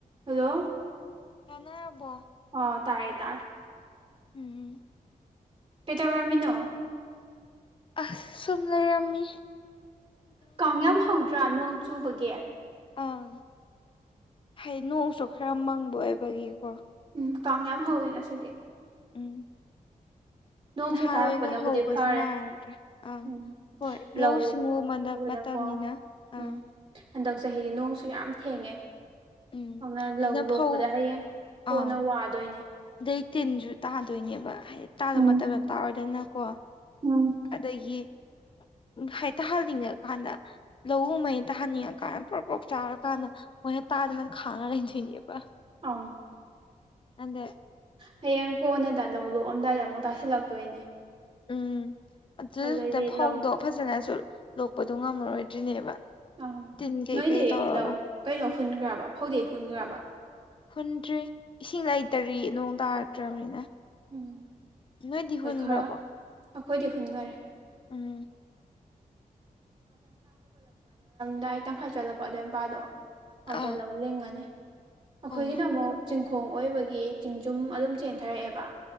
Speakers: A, on the right; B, on the left.
A: hello
B: ꯀꯅꯥꯔꯕꯣ
A: ꯑꯣ ꯇꯥꯔꯦ ꯇꯥꯔꯦ
B: ꯎꯝꯝ
A: ꯀꯩꯗꯧ ꯔꯝꯃꯤꯅꯣ
B: ꯑꯁꯣꯝ ꯂꯩꯔꯦꯔꯝꯃꯤ
A: ꯀꯥꯡ ꯌꯥꯝ ꯍꯧꯗ꯭ꯔꯥ ꯅꯣꯡ ꯆꯨꯕꯒꯦ
B: ꯑꯪ ꯍꯥꯏ ꯅꯣꯡꯁꯨ ꯈꯔ ꯃꯪꯕ ꯑꯣꯏꯕꯒꯤꯀꯣ
A: ꯎꯝ ꯀꯥꯡ ꯌꯥꯝ ꯍꯧꯋꯦ ꯉꯁꯤꯗꯤ
B: ꯎꯝ
A: ꯅꯣꯡꯁꯦ
B: ꯅꯍꯥꯟꯒ
A: ꯇꯥꯔꯛꯄꯅꯕꯨꯗꯤ
B: ꯍꯧꯕꯁꯦ
A: ꯐꯔꯦ
B: ꯃꯥꯟꯅꯗ꯭ꯔꯦ ꯑꯪ
A: ꯎꯝ
B: ꯍꯣꯏ
A: ꯂꯧ
B: ꯂꯧꯎ ꯁꯤꯡꯎꯕꯗ
A: ꯎꯕꯗꯀꯣ
B: ꯇꯝꯅꯤꯅ
A: ꯎꯝ
B: ꯑꯥ
A: ꯍꯟꯗꯛ ꯆꯍꯤꯗꯤ ꯅꯣꯡꯁꯨ ꯌꯥꯝ ꯊꯦꯡꯉꯦ
B: ꯎꯝ
A: ꯑꯗꯨꯅ ꯂꯧ ꯂꯣꯛꯄꯗ
B: ꯐꯧ
A: ꯍꯌꯦꯡ ꯀꯣꯟꯅ
B: ꯑꯥ
A: ꯋꯥꯗꯣꯏꯅꯦ
B: ꯑꯗꯩ ꯇꯤꯟꯁꯨ ꯇꯥꯗꯣꯏꯅꯦꯕ ꯍꯥꯏꯗꯤ ꯇꯥꯗꯕ
A: ꯎꯝ
B: ꯃꯇꯝꯗ ꯇꯥꯔꯣꯏꯗꯅ ꯀꯣ
A: ꯎꯝ
B: ꯑꯗꯒꯤ
A: <unintelligible>
B: ꯎ ꯍꯩꯇꯥꯍꯟꯅꯤꯡꯉꯀꯥꯟꯗ ꯂꯧꯎ ꯃꯩ ꯇꯥꯍꯟꯅꯤꯡꯉꯀꯥꯟꯗ ꯄ꯭ꯔꯣꯛ ꯄꯣꯛ ꯆꯥꯔ ꯀꯥꯟꯗ ꯃꯣꯏ ꯇꯥꯗꯅꯪ ꯈꯥꯅ ꯂꯩꯗꯅꯤꯕ
A: ꯑ
B: ꯑꯗꯦ
A: ꯍꯌꯦꯡ ꯀꯣꯟꯅꯗ ꯂꯧ ꯂꯣꯛꯑꯝꯗꯥꯏꯗ ꯑꯃꯨꯛ ꯇꯥꯁꯤꯜꯂꯛꯇꯣꯏꯅꯦ
B: ꯎꯝ ꯑꯗꯨꯗꯨꯗ
A: ꯑꯗꯨꯗꯩꯗꯤ
B: ꯐꯧꯗꯣ
A: ꯂꯧ
B: ꯐꯖꯅꯁꯨ ꯂꯣꯛꯄꯗꯣ ꯉꯝꯃꯔꯣꯏꯗ꯭ꯔꯤꯅꯦꯕ
A: ꯑ
B: ꯇꯤꯟ ꯀꯩꯀꯩ
A: ꯅꯣꯏꯗꯤ
B: ꯇꯧꯔꯒ
A: ꯂꯧ ꯀꯩꯅꯣ ꯍꯨꯟꯈ꯭ꯔꯕ ꯐꯧꯗꯤ ꯍꯨꯟꯈ꯭ꯔꯕ
B: ꯍꯨꯟꯗ꯭ꯔꯤ ꯏꯁꯤꯡ ꯂꯩꯇꯔꯤ ꯅꯣꯡ ꯇꯥꯔꯛꯇ꯭ꯔꯕꯅꯤꯅ
A: ꯎꯝ
B: ꯅꯣꯏ ꯗꯤ
A: ꯍꯣꯏ
B: ꯍꯨꯟꯈ꯭ꯔꯕ
A: ꯈꯔ ꯑꯩꯈꯣꯏꯗꯤ ꯍꯨꯟꯈꯔꯦ
B: ꯎꯝ
A: ꯑꯗꯥꯏ ꯇꯪꯈꯥꯏ ꯆꯠꯂꯛꯄ ꯑꯗꯨꯏ ꯃꯄꯥꯗꯣ ꯑꯗꯨꯗ
B: ꯑꯥ
A: ꯂꯧ ꯂꯤꯡꯉꯅꯤ ꯑꯩꯈꯣꯏꯒꯤꯅ
B: ꯑꯣ
A: ꯑꯃꯨꯛ ꯆꯤꯡ ꯈꯣꯡ ꯑꯣꯏꯕꯒꯤ ꯆꯤꯡꯖꯨꯝ ꯑꯗꯨꯝ ꯆꯦꯟꯊꯔꯛꯑꯦꯕ